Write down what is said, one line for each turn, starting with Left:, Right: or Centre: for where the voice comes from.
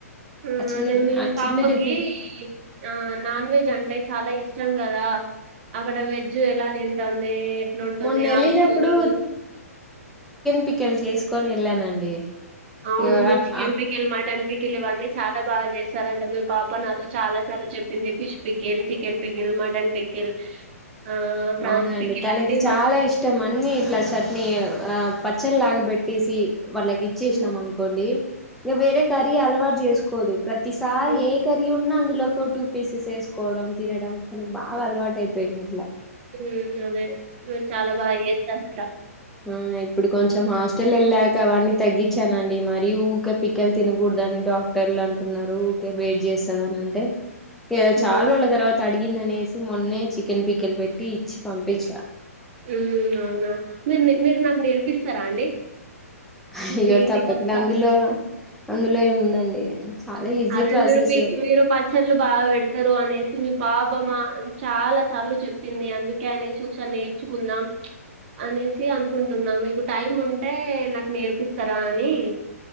Right: ఉమ్
Centre: ఆ చిన్న
Right: అదే
Centre: డి
Right: మీ
Centre: ఆ
Right: పాపకి
Centre: చిన్న డిఫరెన్
Right: ఆ నాన్ వెజ్ అంటే చాలా ఇష్ ష్టం కదా అక్కడ వెజ్ ఎలా తింటుంది ఎట్లుంటుంది
Centre: మొన్న వెళ్ళినప్పుడు
Right: ఆకుకూరలు
Centre: పికిల్ చేసుకొని వెళ్ళానండి
Right: అవును
Centre: ఇగ
Right: మీరు చికెన్
Centre: అప్
Right: పికిల్ మటన్ పికిల్ ఇవన్నీ చాలా బాగా చేస్తారంట మీ పాప నాతో చాలా సార్లు చెప్పింది fish pickle chicken pickle mutton pickle ఆహ్, ఫ్రాన్స్
Centre: అవునండి
Right: పికిల్
Centre: తనకి
Right: అన్నీ
Centre: చాలా
Right: మస్తు
Centre: ఇష్టం అన్ని ఇట్లా చట్ని ఆ పచ్చడి లాగ పెట్టేసి వాళ్ళకి ఇచ్చేసినాం
Right: హ్మ్.
Centre: అనుకోండి ఇంకా వేరే కర్రీ అలవాటు చేసుకు కొదు ప్రతి సారి
Right: హ్మ్.
Centre: ఏ కర్రీ ఉన్న అందు లో ఒక టూ పీసెస్ వేసుకోవడం తినడం తనకి బాగా అలవాటు అయిపోయింది అట్లా
Right: ఉమ్ అదే మీరు చాలా బాగా చేస్తారు అంట
Centre: ఉమ్ ఇప్పుడు కొంచెం హాస్టల్ వెళ్ళాక అవన్నీ తగ్గిచ్చానండీ మరీ ఊక పికెల్ తినకూడదని డాక్టర్లు అంటున్నారు ఉకే వేడి చేస్తదని అంటే ఇగ
Right: హ్మ్.
Centre: చాలా రోజుల తర్వాత అడిగిందనేసి మొన్నే చికెన్ పికిల్ పెట్టి ఇచ్చి పంపించ
Right: ఉమ్ అవునా మీరు నె మీరు నాకు నేర్పిస్తారా అండి
Centre: అయ్యో
Right: మీ ఇంటికొస్తా.
Centre: తప్పకుండా అందులో అందులో ఏముందండి చాలా ఈజీ
Right: అదే
Centre: ప్రాసెస్
Right: మీరు పి మీరు పచ్చళ్ళు బాగా పెడతారు అనేసి మీ పా ప మా చాలా సార్లు చెప్పింది అందుకే అనేసి ఒకసారి నేర్చుకుందాం అనేసి అనుకుంటున్నా మీకు టైం ఉంటే నాకు నేర్పిస్తారా అని